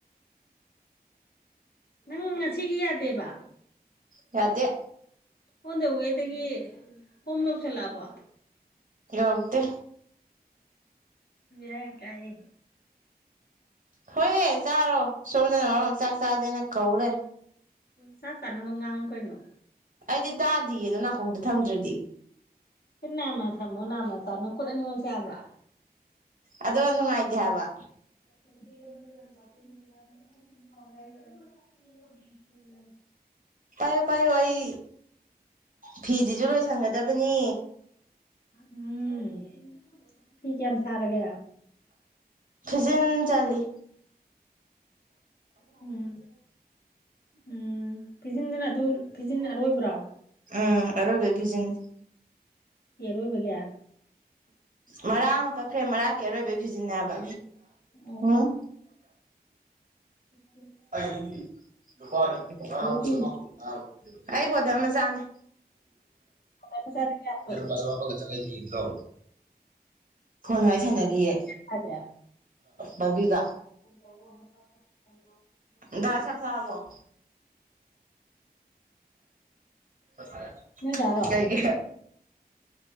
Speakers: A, on the left; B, on the right.
A: ꯅꯪ ꯉꯁꯤꯒꯤ ꯌꯥꯗꯦꯕ
B: ꯌꯥꯗꯦ
A: ꯑꯣꯟ ꯗ ꯋꯦꯗꯒꯤ ꯍꯣꯝ ꯌꯧꯁꯤꯜꯂꯛꯑꯕ
B: ꯗꯤꯦ
A: ꯌꯥ ꯀꯑ
B: ꯍꯣꯏꯍꯦ ꯆꯥꯔꯣ ꯁꯣꯝꯗꯅ ꯃꯔꯣ ꯆꯥꯛ ꯆꯥꯥꯁꯦꯅ ꯀꯧ ꯂꯩꯔꯦ
A: ꯆꯥ ꯆꯥꯅꯗ ꯉ ꯀꯩꯅꯣ
B: ꯑꯩꯗꯤ ꯇꯥꯗꯤꯌꯦ ꯅꯪ ꯅꯀꯣꯡꯗ ꯊꯝꯗ꯭ꯔꯗꯤ
A: ꯈꯨꯠ ꯅꯥꯃ ꯊꯝꯃꯣ ꯅꯥꯃ ꯇꯥꯅꯧ ꯈꯨꯠ ꯑꯅꯤꯃꯛꯁꯦ ꯌꯥꯕ꯭ꯔꯣ
B: ꯑꯗꯣ ꯅꯨꯡꯉꯥꯏꯇꯦ ꯍꯥꯏꯕ
A: ꯥ <inaudible> <unintelligible> <inaudible>
B: ꯄꯥꯏꯌꯨ ꯄꯥꯏꯌꯨ ꯑꯩ ꯐꯤꯁꯤꯁꯨ ꯂꯣꯏꯁꯟꯒꯗꯕꯅꯤ
A: ꯎꯝ ꯐꯤ ꯀꯌꯥꯝ ꯁꯥꯔꯒꯦ
B: ꯐꯤꯖꯤꯟ ꯆꯂꯤ
A: ꯎꯝ ꯎꯝ ꯎꯝ ꯐꯤꯖꯤꯟꯗꯅ ꯑꯗꯨ ꯐꯤꯖꯤꯟ ꯑꯔꯣꯏꯕ꯭ꯔꯣ
B: ꯎꯝ ꯑꯔꯣꯏꯕꯩ ꯐꯤꯖꯤꯟꯁꯦ
A: ꯏꯔꯣꯏꯕꯒ
B: ꯃꯔꯥ ꯑꯃ ꯀꯛꯈ꯭ꯔꯦ ꯃꯔꯛꯀꯤ ꯑꯔꯣꯏꯕꯒꯤ ꯐꯤꯖꯤꯟꯅꯕ
A: ꯑꯣ
B: ꯎꯝ
A: ꯎ
B: ꯑꯩ ꯅꯨꯄꯥ ꯅꯨꯊꯧ ꯅꯨꯡꯉꯕꯔꯨꯞꯕ
A: ꯐꯤꯅꯣ
B: ꯀꯅꯨꯡꯉ ꯑꯩꯕꯨꯗ ꯃꯆꯥꯅꯦ
A: ꯈꯣꯡꯒ꯭ꯔꯥꯏ ꯃꯆꯥꯁꯦ ꯀꯌꯥ
B: ꯅꯂ ꯄꯁ ꯋꯥꯄꯒ ꯆꯪꯉꯥꯏꯗꯤ ꯂꯣ ꯐꯣꯟ ꯋꯥꯔꯤ ꯁꯥꯟꯅꯔꯤꯌꯦ
A: ꯁꯥꯒꯦ
B: ꯕꯕꯤꯒ
A: <unintelligible>
B: ꯗꯥ ꯆꯥꯛ ꯆꯥꯔꯕꯣ ꯆꯥ
A: ꯅꯣꯏꯗꯥꯔꯣ
B: ꯀꯩꯒꯤ